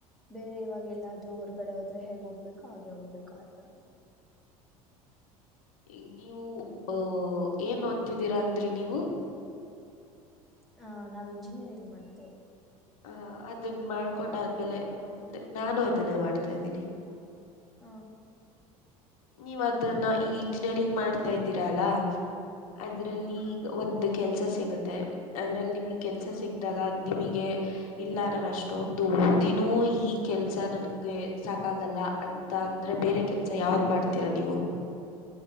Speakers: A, in the centre; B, on the left (about 70°).
A: ಬೇರೆ ಇವಾಗ ಎಲ್ಲಾದ್ರೂ ಹೊರಗಡೆ ಹೋದ್ರೆ ಹೇಗ್ ಹೋಗ್ಬೇಕು ಹಾಗೆ ಹೋಗ್ಬೇಕು ಆತರ
B: ಇ ನೀವು
A: ಹ್ಮ್
B: ಅಹ ಏನ್ ಓದ್ತಿದ್ದೀರಾ ಅಂದ್ರಿ ನೀವು
A: ಹ ನಾವ್ ಇಂಜಿನಿಯರಿಂಗ್ ಮಾಡ್ತಾ ಇದ್ವಿ
B: ಹ ಅದನ್ ಮಾಡ್ಕೊಂಡ ಆದ್ಮೇಲೆ ಮುಂದೆ ನಾನು ಅದನ್ನೇ ಮಾಡ್ತಾ ಇದ್ದೀನಿ
A: ಹಾ
B: ನೀವ್ ಅದನ್ನ ಈಗ ಇಂಜಿನಿಯರಿಂಗ್ ಮಾಡ್ತಾ ಇದಿ ್ತಿದಿರಾ ಅಲ್ಲ
A: ಹ
B: ಅದ್ರಲ್ಲಿ ಈಗ ಒಂದು ಕೆಲ್ಸ ಸಿಗುತ್ತೆ ಅ ್ರಲ್ಲಿ ನಿಮಗ್ ಕೆಲಸ
A: ಹ
B: ಸಿಕ್ದಾಗ ನಿಮಗೆ ಇಲ್ಲ ನಾನು ಅಷ್ಟೊಂದು ಓದಿನೂ ಈ ಕೆಲ್ಸ ನನ್ಗೆ ಸಾಕಾಗಲ್ಲ ಅಂತ ಅಂದ್ರೆ ಬೇರೆ ಕೆಲ್ಸ ಯಾವ್ದ ಮಾಡ್ತೀರಾ ನೀವು